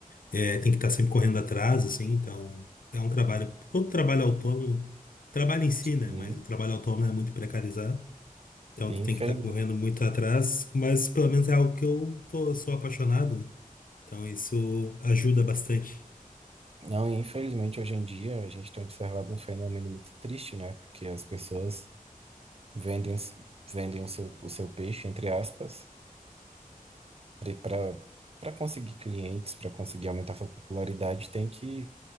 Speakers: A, on the left (about 70°); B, on the right (about 40°).
A: é, tem que estar sempre correndo atrás, assim. Então, é um trabalho. Todo trabalho autônomo, trabalho em si,
B: sim.
A: né? Mas o trabalho autônomo é muito precarizado. Então
B: E
A: tu
B: infeliz...
A: tem que estar correndo muito atrás, mas pelo menos é algo que eu tô, sou apaixonado, né? Então isso ajuda bastante.
B: Não, e infelizmente, hoje em dia, a gente tem observado um fenômeno muito triste, né? Porque as pessoas vendem, vendem o seu, o seu peixe, entre aspas, Para para conseguir clientes, para conseguir aumentar sua popularidade, tem que